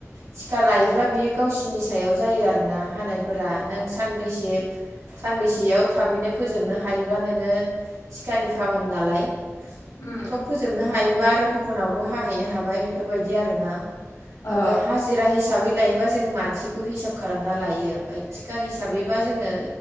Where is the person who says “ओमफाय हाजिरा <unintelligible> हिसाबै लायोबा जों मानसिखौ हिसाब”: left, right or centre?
Right